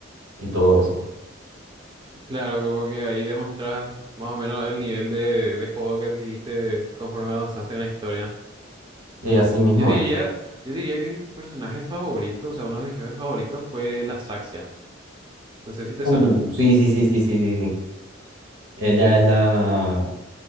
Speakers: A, on the right (about 85°); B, on the right (about 25°).
A: y todo eso.
B: Claro, como que ahí demostras más o menos el nivel de, de juego que adquiriste conforme avanzaste en la historia.
A: Y así mismo
B: Yo diría,
A: es.
B: yo diría que mi personaje favorito, o sea, uno de mis jefes favoritos fue la Saxia. No sé si te
A: Uh,
B: suena.
A: sí, sí, sí, sí, sí, sí, sí. Ella es la